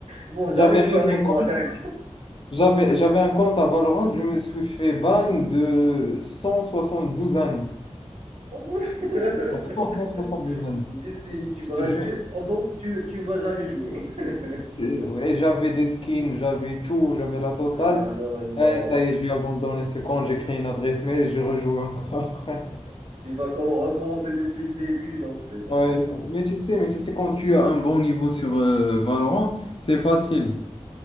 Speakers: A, on the right; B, on the left.
A: Bon, jamais
B: J'avais
A: jouer
B: même
A: avec
B: un
A: toi.
B: compte,
A: <laughs> derrière.
B: j'avais, j'avais un compte à Valorant, je me suis fait ban de 172 années.
A: On monte. <laughs>
B: Vraiment, 172 années.
A: une décennie, tu
B: Je
A: vas,
B: te jure.
A: tu, donc tu, tu ne vas jamais jouer. <laughs>
B: Et ouais, j'avais des skins, j'avais tout, j'avais la totale.
A: Ah, malheureusement.
B: Eh, ça y est, j'ai abandonné ce compte, j'ai créé une adresse mail et j'ai rejoué encore. <laughs>
A: Tu vas com- recommencer depuis le début, donc c'est bon,
B: Ouais,
A: c'est pas.
B: mais tu sais, mais tu sais, quand tu as un bon niveau sur euh, Valorant, c'est facile.